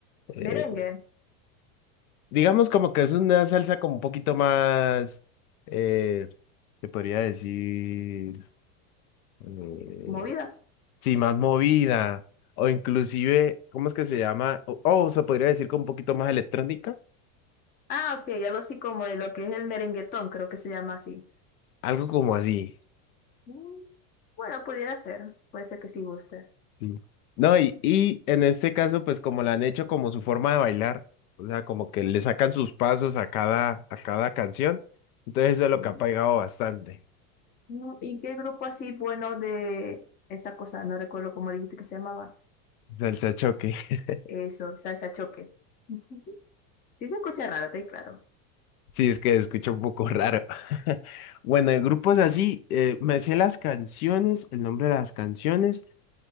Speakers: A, on the left; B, on the left.
A: Eh,
B: Merengue,
A: digamos como que es una salsa como un poquito más, eh, se podría decir, eh,
B: movida.
A: sí, más movida. O inclusive, ¿cómo es que se llama? O o se podría decir como un poquito más electrónica.
B: Ah, ok, algo así como de lo que es el merenguetón, creo que se llama así.
A: Algo como así.
B: Mm, Bueno, pudiera ser, puede ser que sí guste.
A: Sí. No, y, y en este caso, pues como la han hecho como su forma de bailar, o sea, como que le sacan sus pasos a cada, a cada canción, entonces eso
B: Sí.
A: es lo que ha pegado bastante.
B: No, ¿Y qué grupo así bueno de esa cosa? No recuerdo cómo dijiste que se llamaba.
A: Salsa choque. <laughs>
B: Eso, salsa choque. <laughs> Sí se escucha raro, te claro.
A: Sí, es que se escucha un poco raro. <laughs> Bueno, de grupos así, eh, me sé las canciones, el nombre de las canciones,